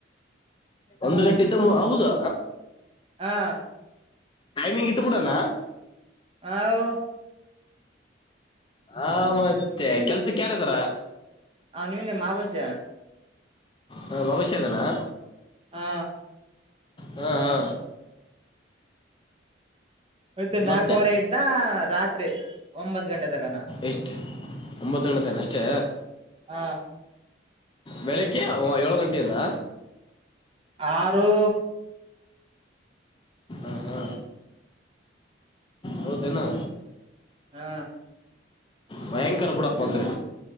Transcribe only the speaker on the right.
ಹಾ
ಹೌ
ಹಾ ನೀವನ್ನೇ ಮಾಬಷ
ಹಾ
ಯತ್ತೆ ನಾಲ್ಕವರೆ
ಇಿಂದ ರಾತ್ರಿ ಒಂಬತ್ ಗಂಟೆ ತಗನ
ಹ
ಆರು
ಹಾ